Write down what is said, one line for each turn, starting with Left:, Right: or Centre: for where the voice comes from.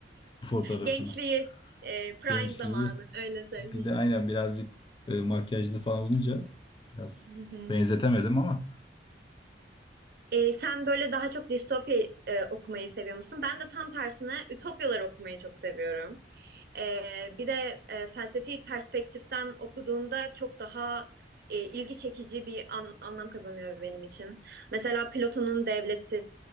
Left: Bu fotoğrafını.
Right: Gençliği e, prime
Left: Gençliği.
Right: zamanı öyle söyleyeyim.
Left: Bir de aynen birazcık e, makyajlı falan olunca biraz
Right: Hı hı.
Left: benzetemedim ama.
Right: Ee, sen böyle daha çok distopya e, okumayı seviyor musun? Ben de tam tersine ütopyaları okumayı çok seviyorum. Ee, bir de e, felsefi perspektiften okuduğumda çok daha e, ilgi çekici bir an- anlam kazanıyor benim için. Mesela Platon'un Devleti